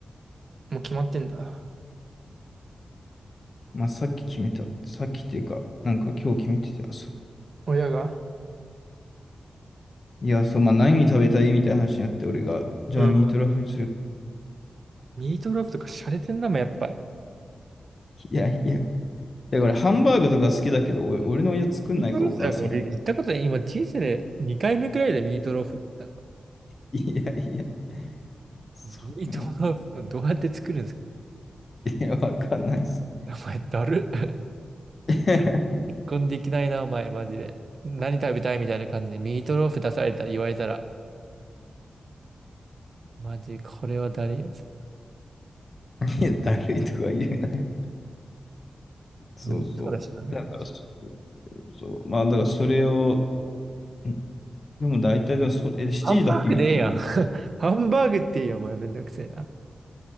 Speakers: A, on the right (about 55°); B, on the left (about 50°).
A: もう決まってんだ。
B: まあ、さっき決めた。さっきっていうか、なんか今日決めてて、朝。
A: 親が。
B: いや、そう、まあ、何食べたいみたいな話になって、俺が、じゃあミートローフにする。
A: うん。ミートローフとか洒落てんなもん、やっぱ。
B: いやいや。だから、ハンバーグとか好きだけど、俺、俺の親作んないか、
A: ミートローフなんか俺言ったことない。
B: お母さん結構。
A: 今人生で2回目くらいでミートローフって言った
B: いやいや。そう。
A: の。ミートローフをどうやって作るんですか
B: いや、わかんないっす。
A: お前、だる。<laughs>
B: <laughs>
A: こんできないな、お前、マジで。何食べたいみたいな感じでミートローフ出された、言われたら。マジ、これは誰やつ。
B: いや、だるいとか言うなよ。そうそう。
A: 無理そうだしな、なんか
B: だから、そそう。まあ、だからそれを、んでも大体でもそ、え、7時だっけ、
A: ハンバーグでええやん。
B: ミーティング。
A: <laughs> ハンバーグっていいよ、お前、めんどくせえな。